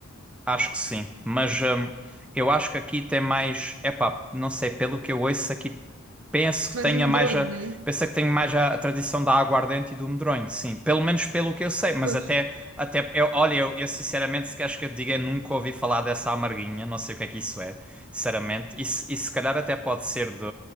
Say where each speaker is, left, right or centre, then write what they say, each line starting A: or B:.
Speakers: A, in the centre; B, on the right.
A: Acho que sim, mas hum, eu acho que aqui tem mais, epá, não sei, pelo que eu ouço aqui, penso que
B: mais
A: tenha
B: um medronho,
A: mais a,
B: né?
A: penso que tenho mais a, a tradição da aguardente e do medronho, sim, pelo menos pelo que eu sei, mas
B: Pois,
A: até, até eu, olha, eu, eu sinceramente, se queres que eu te diga, eu nunca ouvi falar dessa amarguinha, não sei o que é que isso é, sinceramente, e, se- e se calhar até pode ser de,